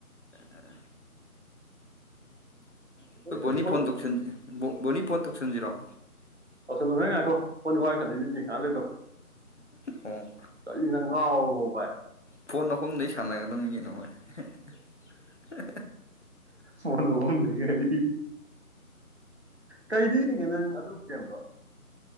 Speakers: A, on the left (about 55°); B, on the right (about 50°).
A: ꯑ ꯑꯩꯈꯣꯏ
B: ꯍꯧꯖꯤꯛ
A: ꯕꯣꯅꯤ
B: ꯊꯣꯛꯂꯛ
A: ꯐꯣꯟ ꯇꯧꯁꯟꯦ ꯕꯣꯅꯤꯄꯣꯟ ꯇꯧꯁꯤꯟꯖꯔꯣꯑꯣ
B: ꯑꯂꯣ ꯅ ꯑꯈꯣ ꯄ ꯋꯥꯏꯁꯗꯤ ꯑꯂꯦ ꯇꯣ
A: ꯑꯣ
B: ꯀꯅꯪ ꯉꯥꯎꯕꯣꯚꯥꯏ
A: ꯐꯣꯟ ꯑꯍꯨꯝꯗꯩ ꯁꯥꯟꯅꯒꯗꯕꯒꯤ ꯅꯣꯣꯏ <inaudible> ꯑ
B: ꯐꯣꯟꯗꯨꯝꯗ ꯀꯔꯤ ꯀꯩꯗ ꯌꯦꯡꯒꯦ ꯅꯪ ꯑꯗꯨ ꯒꯦꯝꯗꯣ